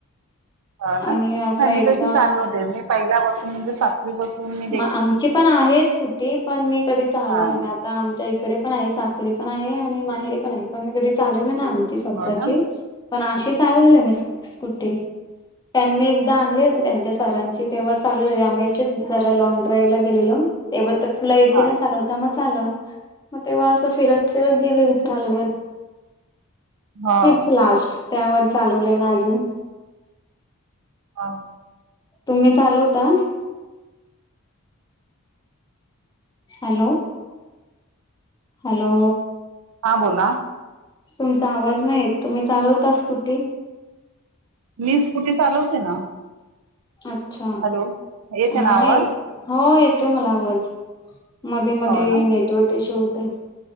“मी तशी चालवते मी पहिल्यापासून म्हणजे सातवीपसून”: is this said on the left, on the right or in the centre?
Right